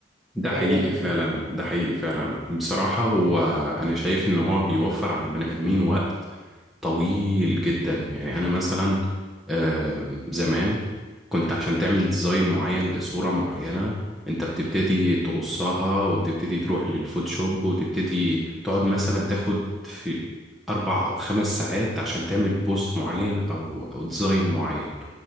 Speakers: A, in the centre; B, on the right.
A: ده
B: كاي
A: حقيقي
B: اي وكده
A: فعلا ده حقيقي فعلا بصراحة هو انا شايف ان هو بيوفر على البني ادمين وقت طويل جدا يعني انا مثلا آه، زمان كنت عشان تعمل ديزاين معين لصورة معينة انت بتبتدي تقصها وتبتدي تروح للفوتوشوب وتبتدي تقعد مثلا تاخد في اربع او خمس ساعات عشان تعمل بوست معين او او ديزاين معين